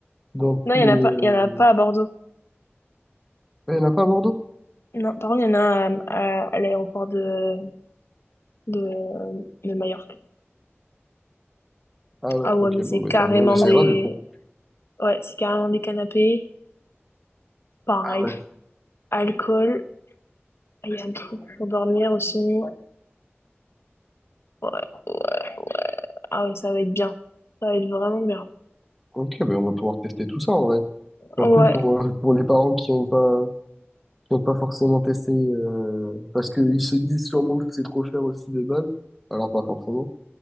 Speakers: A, in the centre; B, on the left.
A: Dans
B: Non,
A: tous
B: il
A: les...
B: n'y
A: euh,
B: en a pas, il y en a pas à Bordeaux.
A: ah, Il n'y en a pas à Bordeaux?
B: Non, par contre, il y en a euh, à, à l'aéroport de, de, de Majorque.
A: Ah ouais,
B: Ah
A: ok,
B: ouais, mais c'est
A: bon, bah,
B: carrément
A: tant mieux, on essaiera
B: des...
A: du coup.
B: Ouais, c'est carrément des canapés. Pareil.
A: Ah ouais.
B: Alcool. Il y a un truc pour dormir aussi. Ouais, ouais. Ah ouais, ça va être bien. Ça va être vraiment bien.
A: Ok, ben on va pouvoir tester tout ça en vrai. En
B: Ouais,
A: plus, pour, euh, pour les parents qui ont pas, qui ont pas forcément testé, euh, parce qu'ils se disent sûrement que c'est trop cher aussi de base, alors pas forcément.